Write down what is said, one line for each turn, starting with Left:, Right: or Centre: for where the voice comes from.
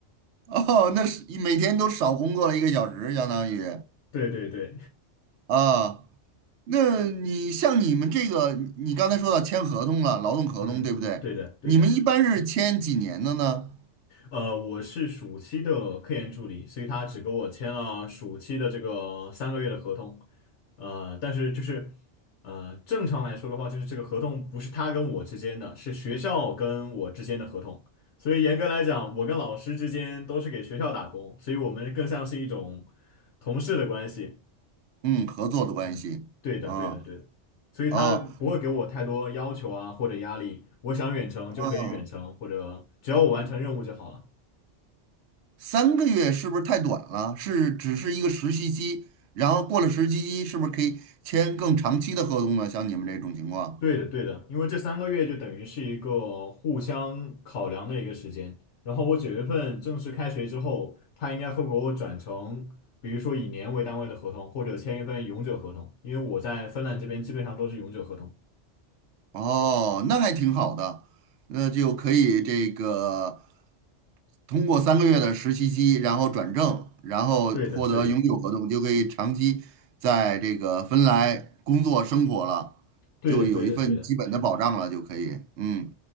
Right: 哦，那是每天都少工作了一个小时，相当于
Left: 对对对，
Right: 啊。那你像你们这个，你刚才说到签合同了，劳动合同对不对？
Left: 嗯，对的对的，
Right: 你们一般是签几年的呢？
Left: 呃，我是暑期的科研助理，所以他只给我签了暑期的这个三个月的合同，呃，但是就是呃，正常来说的话，就是这个合同不是他跟我之间的，是学校跟我之间的合同，所以严格来讲，我跟老师之间都是给学校打工，所以我们更像是一种同事的关系。
Right: 嗯，合作的关系。
Left: 嗯，对的，
Right: 嗯，
Left: 对的，对的，所以他不会给我太多要求啊，
Right: 哦，
Left: 或者压力。我想远程就可以远程，
Right: 嗯，
Left: 或者只要我完成任务就好了。
Right: 三个月是不是太短了？是只是一个实习期，然后过了实习期，是不是可以签更长期的合同呢？像你们这种情况。
Left: 对的，对的，因为这三个月就等于是一个互相考量的一个时间。然后我九月份正式开学之后，他应该会给我转成，比如说以年为单位的合同，或者签一份永久合同，因为我在芬兰这边基本上都是永久合同。
Right: 哦，那还挺好的，那就可以这个通过三个月的实习期，然后转正，然后获得永久合同，
Left: 对的，对的，
Right: 就可以长期在这个芬兰工作生活了，
Left: 对的，
Right: 就有一份基本的保障了，
Left: 对的，对的，
Right: 就可以。嗯，